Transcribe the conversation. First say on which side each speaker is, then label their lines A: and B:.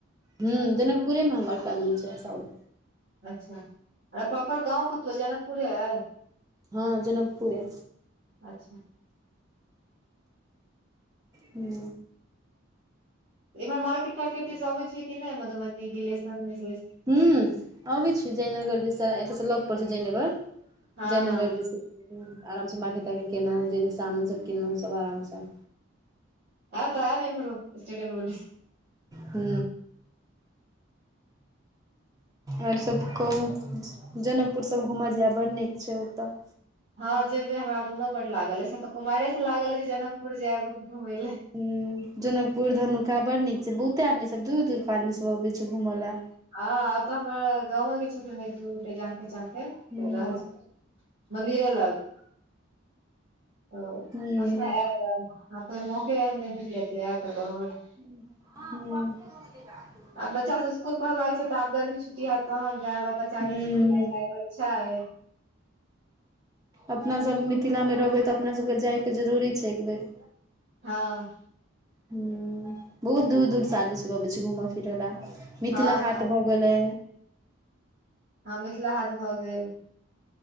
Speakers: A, on the right; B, on the right.
A: हू जनकपुरेमे हमर फैमिली छै सब
B: अच्छा अर प्रॉपर गाँव कतौ जनकपुरे आए
A: हँ जनकपुरे
B: अच्छा
A: हू
B: इमहर मार्केट तार्केट दिस अबय छिय कि नहि मधुबनी गिलेशन दिस
A: ह अबै छी जयनगर दिसा एतयसँ लग पड़ छै जयनगर
B: हँ
A: जयनगर
B: हँ
A: दिस आरामसँ मारके तारकेट केनौ जे सामान सब किनलहुँ सब आरामसँ
B: आब तऽबी इमरो स्टेडियम रोडी
A: हू आओर सभ कहू जनकपुरसभ घूमय जायब बड़ नीक छै ओतय
B: हँ जेबै हमरा मोनो बड्ड लागल अइ से तऽ कुमाइरे स लागल अइ जे जनकपुर जायब घुमय लए
A: ह जनकपुर धनुखा बड नीक छै बहुते आदमी सब दूर दूर के आदमी सब अबे छै घूमय लए
B: हँ आब तऽ हमर गावेके छिन एक दु गोटे जान पेहचान के
A: हूँ
B: रहल छै मन्दिरे लग त
A: हूँ
B: कहै छ नहि अपे मकि एने जेत ल त आ कर <unintelligible>
A: हँ <inaudible>
B: आब बच्चा सब ईस्कुल लागै छै त आब गर्मी छुटी हयत तह नजाय बच्चा
A: हूँ
B: के ईस्कूल अच्छा अइ
A: अपनासभ मिथिलामे रहबै तऽ अपनासभके जायके जरूरी छै एक बेर
B: हँ
A: ह बहुत दूर दूर स आदमी सब अबै छै घूमऽ फिरय ला मिथिला
B: हँ
A: हाट
B: हँ
A: भ बलै
B: हँ मिथिला हात भऽ गेल